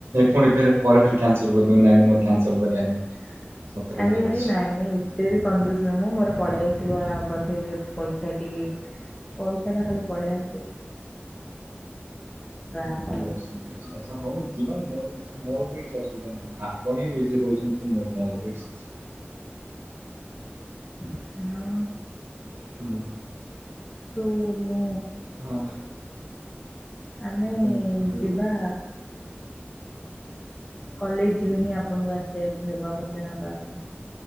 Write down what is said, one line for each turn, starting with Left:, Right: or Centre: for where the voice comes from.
Right: ପୁଣି ଫେରେ କଲ୍ ବେ କ୍ୟାନସଲ୍ କରିଦେବୁ ନାଇଁ ନାଇଁ ମୋର କ୍ୟାନସଲ କରିବାର ନାହିଁ। ସତରେ
Left: ଆରେ
Right: ଯିବାର
Left: ଆରେ
Right: ଅଛି।
Left: ନାଇଁ ନାଇଁ। କେତେ ବି କଞ୍ଜୁସ୍ ନୁହେଁ ମୁଁ ମୋର ପଳେଇ ଆସିବ ଆ ପଛରେ ପଇସାଟି। ପଇସା ଟା ଖାଲି ପଳେଇ ଆସୁ। ତାପରେ
Right: ଠିକ୍ ଅଛି ଠିକ୍ ଅଛି ଆଛା ହବ ଯିବା ମୋର ମୋର କିଛି ଅସୁବିଧା ନାହିଁ ଆପଣ ହିଁ ବିଜି ରହୁଛନ୍ତି ମୋ ସାଙ୍ଗରେ।
Left: <unintelligible>
Right: ହୁଁ।
Left: ତୁ ମୁଁ
Right: ହଁ।
Left: ଆମେ
Right: କିନ୍ତୁ
Left: ଯିବା କଲେଜ ରୁ ହିଁ ଆପଣଙ୍କୁ ଆସିବାକୁ ହେବ ମତେ ନବା ପାଇଁ।